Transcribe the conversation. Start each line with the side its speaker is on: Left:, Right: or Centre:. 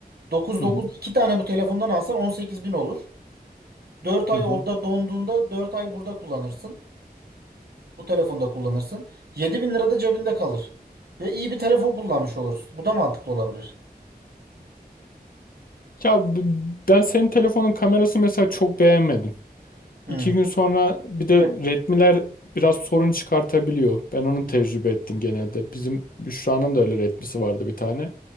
Right: 9-9
Left: Hı hı.
Right: iki tane bu telefondan alsan 18 bin olur. Dört ay
Left: Hı hı.
Right: orada donduğunda 4 ay burada kullanırsın. Bu telefonda kullanırsın. 7 bin lira da cebinde kalır. Ve iyi bir telefon kullanmış olursun. Bu da mantıklı olabilir.
Left: Ya b- ben senin telefonun kamerası mesela çok beğenmedim.
Right: Hmm.
Left: İki gün sonra bir de
Right: E-
Left: retmiler biraz sorun çıkartabiliyor. Ben onu tecrübe ettim genelde. Bizim Büşra'nın da öyle retmisi vardı bir tane.